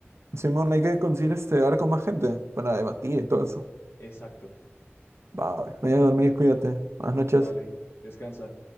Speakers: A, on the right; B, on the left.
A: Simón, hay que conseguir este hablar con más gente para debatir y todo eso.
B: Exacto.
A: Va, vaya a dormir, cuídate. Buenas noches.
B: Dale, descansa.